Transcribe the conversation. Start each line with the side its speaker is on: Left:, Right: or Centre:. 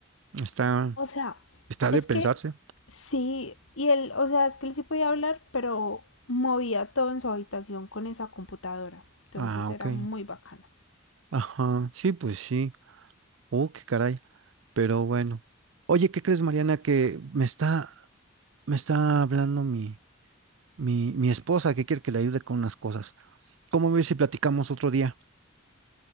Right: Está,
Left: O sea,
Right: está
Left: es
Right: de pensarse.
Left: que sí, y él, o sea, es que él sí podía hablar, pero movía todo en su habitación con esa computadora. Entonces
Right: Ah,
Left: era
Right: ok.
Left: muy bacano.
Right: Ajá. Sí, pues sí. Oh, qué caray. Pero bueno. Oye, ¿qué crees, Mariana? Que me está, me está hablando mi, mi, mi esposa que quiere que le ayude con unas cosas. ¿Cómo ves si platicamos otro día?